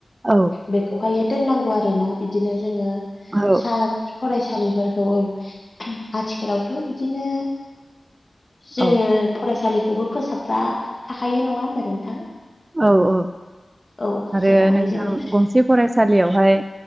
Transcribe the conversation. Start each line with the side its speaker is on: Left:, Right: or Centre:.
Right: औ।
Left: बेखौहायो दोननांगौ आरोना बिदिनो जोङो
Right: औ
Left: सा फरायसालिफोरखौ औ आथिखालावथ' बिदिनो जोङो
Right: औ
Left: फरायसालिखौबो फोसाबग्रा थाखायो नङा होनबा नोंथां?
Right: औ औ
Left: औ
Right: आरो
Left: जेरावहाय
Right: नोंथां
Left: जोङो
Right: गंसे फरायसालियावहाय